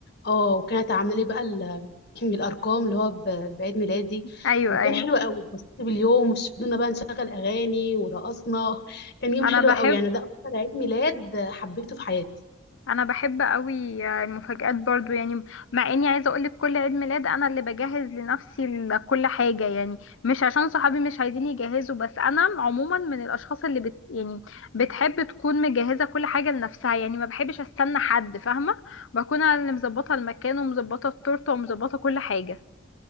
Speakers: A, on the left; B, on the left.
A: اه وكانت عامله لي بقى ال... <clears throat> الارقام اللي هو ب- بعيد ميلادي
B: ايوه
A: وكان
B: ايوه
A: حلو قوي اتبسطت باليوم وفضلنا بقى نشغل اغاني ورقصنا كان يوم
B: انا
A: حلو
B: بحب
A: قوي يعني ده اكتر عيد ميلاد حبيته في حياتي
B: انا بحب قوي المفاجآت برضو يعني مع اني عايزه اقولك كل عيد ميلاد انا اللي بجهز لنفسي ال- كل حاجه يعني مش عشان صحابي مش عايزين يجهزوا بس انا عموما من الاشخاص اللي بت يعني بتحب تكون مجهزه كل حاجه لنفسها يعني ما بحبش استنى حد فاهمه بكون انا اللي مظبطه المكان ومظبطه التورته ومظبطه كل حاجه